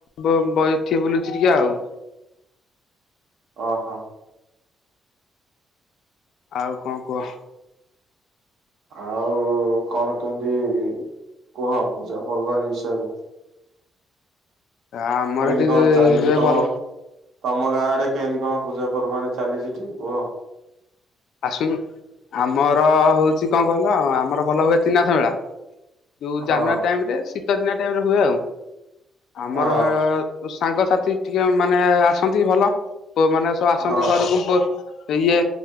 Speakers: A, on the left; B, on the right.
A: ବ ବଇଚି ବୁଲୁଚି ଟିକେ ଆଉ।
B: ଓହ।
A: ଆଉ କଁ କୁହ।
B: ଆଉ କଣ କେନ୍ତି କୁହ ପୂଜା ପର୍ବାଣୀ ବିଷୟରେ।
A: ଆମର
B: କେମିତି
A: ଏଠି
B: କଣ ଚାଲିଛି
A: ହୁଏ
B: ତମ
A: ଭଲ
B: ତମ ଗାଁ ଆଡ଼େ କେମିତି କଣ ପୂଜା ପର୍ବାଣି ଚାଲିଛି ଟିକେ କୁହ।
A: ଆଶୁନ ଆମର ହଉଛି କଁ କହିଲ ଆମର ଭଲ ହୁଏ ତ୍ରୀନାଥ ମେଳା। ଯୋଉ ଜାନୁଆରୀ
B: ହଁ
A: ଟାଇମ ରେ ଶୀତ ଦିନିଆ ଟାଇମ ରେ ହୁଏ ଆଉ ଆମର
B: ହଁ
A: ସାଙ୍ଗସାଥି ଟିକେ ମାନେ ଆସନ୍ତି ଭଲ ପ ମାନେ ସବୁ ଆସନ୍ତି
B: ହଁ
A: ଘରକୁ ପୂ ଇଏ